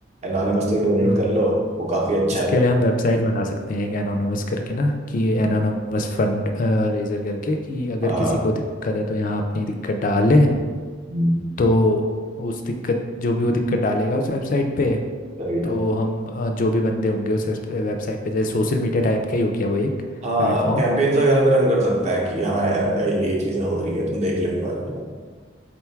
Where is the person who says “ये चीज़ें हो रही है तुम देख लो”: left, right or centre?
Right